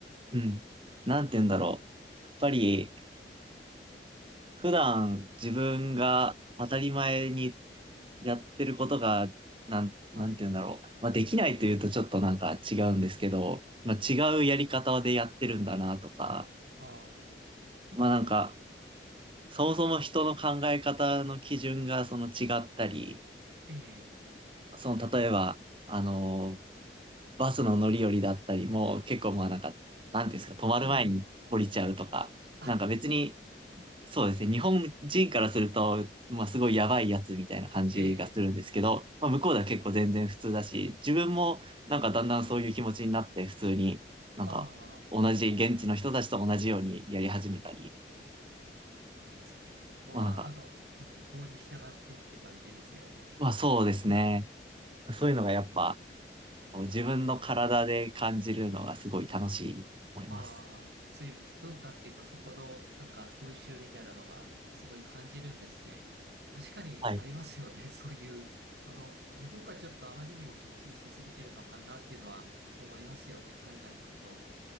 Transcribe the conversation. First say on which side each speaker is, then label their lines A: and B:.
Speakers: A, on the right; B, on the right.
A: うん、なんて言うんだろう。やっぱり、普段自分が当たり前にやってることが、なん、なんて言うんだろう。
B: はい、
A: まあ、できないというとちょっとなんか違うんですけど、まあ、
B: え、
A: 違うやり方でやってるんだなとか、
B: ああ、
A: まあなんか、そもそも人の考え方の基準がその違ったり、
B: ええ、
A: その例えば、あの、バスの乗り降りだったりも結構まあなんか、なんていうんですか、止まる前に降りちゃうとか、
B: うんうん、あ、
A: なんか別にそうですね。日本人からすると、まあすごいやばいやつみたいな感じがするんですけど、
B: ええ、
A: まあ向こうでは結構全然普通だし、自分もなんかだんだんそういう気持ちになって普通になんか同じ現地の人たちと同じようにやり始めたり、
B: ああ、あそこ、そこは、
A: まあなんか、
B: あの、うん郷に従ってって感じですよね。
A: まあそうですね。
B: うん
A: そういうのがやっぱこう自分の体で感じるのがすごい楽しいと思います。
B: ああ、そういう文化っていうか、そこの、なんか風習みたいなのが、すごい感じるんですね。確かにありますよね。
A: はい
B: <laughs> そういう、あの、日本がちょっとあまりにもきっちりしすぎてるのかなっていうのは思いますよね。海外行くと。